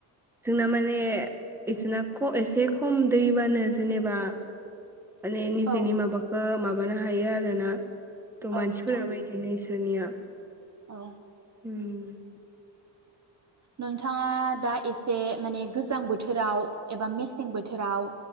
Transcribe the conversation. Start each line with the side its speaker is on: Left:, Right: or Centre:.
Centre: जोंना माने इसोरना एसे खम दैबानो जेनेबा माने निजेनि
Right: औ
Centre: माबाखौ मा <unintelligible> हायो आरोना। थ'
Right: औ
Centre: मानसिफोराबो
Right: नोंथां
Centre: इदिनो दुनिया
Right: औ
Centre: उम
Right: नोंथाङा दा एसे माने गोजां बोथोराव एबा मेसें बोथोराव